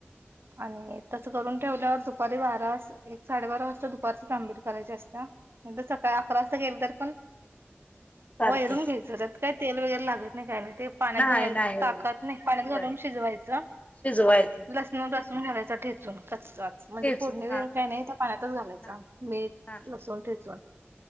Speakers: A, on the right; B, on the left.
A: आणि तसं करून ठेवल्यावर दुपारी बारा एक साडेबारा वाजता दुपारची तांबूरी करायची असत्या काय अकरा वाजता केलं तर पण
B: चालतंय
A: वैरून घ्यायचं त्यात काय तेल वगैरे लागत नाही काही नाही ते- पाण्यात
B: नाही
A: घाल
B: नाही होय
A: टाकतं नाही पाण्यात
B: होय
A: घालून शिजवायचं.
B: शिजवायचं
A: लसूण लसूण घालायचां ठेचून कच्चा म्हणजे
B: तेच
A: फोडणी वगैरे
B: हा
A: काही
B: कच्च
A: नाही त्या पाण्यातच घालायचं
B: नाही
A: मीठ
B: हा
A: लसूण ठेचून